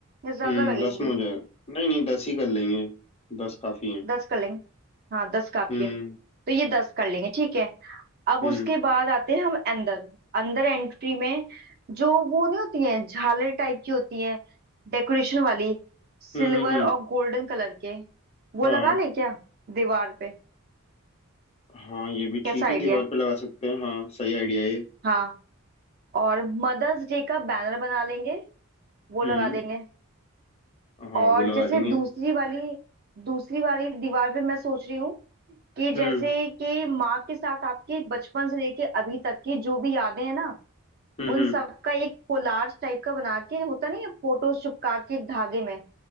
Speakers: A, on the right (about 45°); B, on the left (about 30°).
A: या ज्यादा
B: हम्म
A: लगेंगे
B: दस में हो जाए नहीं नहीं दस ही कर लेंगे दस काफी है
A: दस कर लेंगे हाँ दस काफी
B: हम्म
A: है तो ये दस कर लेंगे ठीक है अब
B: हम्म
A: उसके बाद आते हैं हम अंदर अंदर एंट्री में जो वो नहीं होती है झालर टाइप की होती है डेकोरेशन वाली सिल्वर
B: हम्म हम्म हम्म,
A: और गोल्डन कलर के वो
B: हाँ
A: लगा ले क्या दीवार पे
B: हाँ ये भी
A: कैसा
B: ठीक
A: आइडिया
B: है दीवार
A: है
B: पे लगा सकते हैं हाँ सही आइडिया है ये।
A: हाँ और मदर्स डे का बैनर बना लेंगे वो
B: हम्म
A: लगा देंगे
B: हाँ
A: और
B: वो लगा
A: जैसे
B: देंगे
A: दूसरी वाली दूसरी वाली दीवार पे मैं सोच रही हूँ कि जैसे
B: हम्म
A: कि माँ के साथ आपके बचपन से लेके अभी तक की जो भी यादें हैं ना
B: हम्म
A: उन
B: हम्म
A: सबका एक कोलाज टाइप का बना के होता नहीं है फोटोज चिपका के एक धागे में